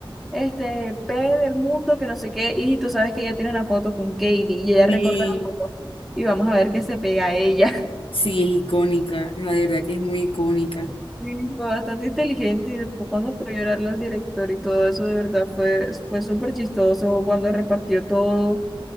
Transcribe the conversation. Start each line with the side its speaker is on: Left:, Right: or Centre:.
Centre: este, P del mundo, que no sé qué, y tú sabes que ella tiene una foto con Katie y ella recorta
Left: Sí.
Centre: la foto y vamos a ver qué se pega a ella. <laughs>
Left: Sí, es icónica, la de verdad que es muy icónica.
Centre: Sí, fue bastante inteligente y después cuando fue a llorarle al director y todo eso, de verdad fue, fue súper chistoso cuando repartió todo, o